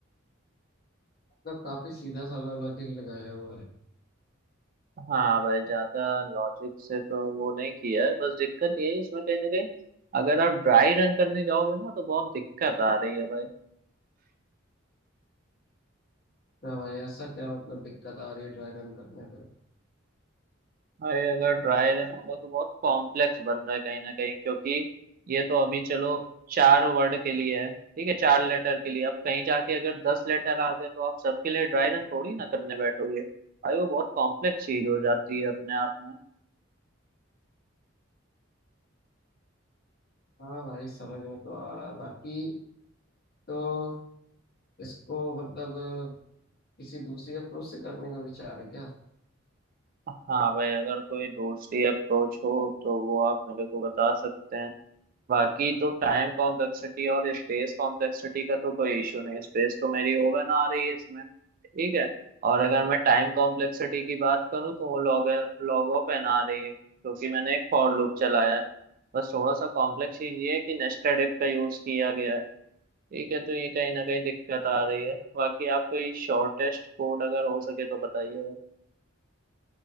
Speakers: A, on the left (about 50°); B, on the right (about 45°).
A: मतलब काफी सीधा साधा लॉजिक लगाया हुआ है
B: हाँ भाई ज्यादा लॉजिक से तो वो नहीं किया है बस दिक्कत ये है इसमें कहीं ना कहीं अगर आप ड्राई रन करने जाओगे ना तो बहुत दिक्कत आ रही है भाई
A: हाँ भाई ऐसा क्या मतलब दिक्कत आ रही है ड्राई रन करने पे
B: भाई अगर ड्राई रन करो तो बहुत कॉम्प्लेक्स बन रहा है कहीं ना कहीं क्योंकि ये तो अभी चलो चार वर्ड के लिए है ठीक है चार लेटर के लिए अब कहीं जाके अगर दस लेटर आ गए तो आप सबके लिए ड्राई रन थोड़ी ना करने बैठोगे भाई वो बहुत कॉम्प्लेक्स चीज हो जाती है अपने आप में
A: हाँ भाई समझ में तो आ रहा है बाकी तो इसको मतलब किसी दूसरी अप्रोच से करने का विचार है क्या
B: हाँ भाई अगर कोई दूसरी अप्रोच हो तो वो आप मेरे को बता सकते हैं बाकी तो टाइम कॉम्प्लेक्सिटी और स्पेस कॉम्प्लेक्सिटी का तो कोई इशू नहीं स्पेस तो मेरी ओवन आ रही है इसमें ठीक है और अगर मैं टाइम कॉम्प्लेक्सिटी की बात करूँ तो वो लॉग लॉग ऑफ एन आ रही है क्योंकि मैंने एक फॉर लूप चलाया है बस थोड़ा सा कॉम्प्लेक्स चीज ये है कि नेस्टेड इफ का यूज किया गया है ठीक है तो ये कहीं ना कहीं दिक्कत आ रही है बाकी आप कोई शॉर्टेस्ट कोड अगर हो सके तो बताइए